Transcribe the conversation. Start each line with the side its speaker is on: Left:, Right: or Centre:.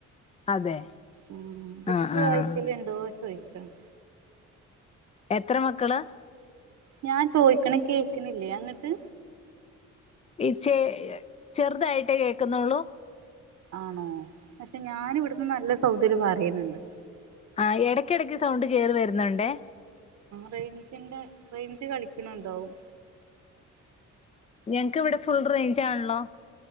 Left: അതെ.
Right: ഉം ബുക്ക്
Left: ആഹ്
Right: വായിക്കലുണ്ടോ
Left: ആഹ്
Right: ചോയ്ക്കാണ്.
Left: എത്ര മക്കളാ?
Right: ഞാൻ ചോയ്ക്ക്ണ കേക്കണില്ലേ അങ്ങട്ട്.
Left: ഇച്ചെ ചെറുതായിട്ടേ കേക്കുന്നുള്ളൂ.
Right: ആണോ പക്ഷെ ഞാൻ ഇവട്ന്ന് നല്ല സൗണ്ടില് പറയ്ണ് ണ്ട്.
Left: ആ എടക്കെടക്ക് സൗണ്ട് കേറി വരുന്നുണ്ടേ.
Right: റൈഞ്ചിന്റെ റൈഞ്ച് കളിക്ക്ണ് ണ്ടാവും.
Left: ഞങ്ങക്ക് ഇവിടെ ഫുൾ റേഞ്ചാണ്ല്ലോ.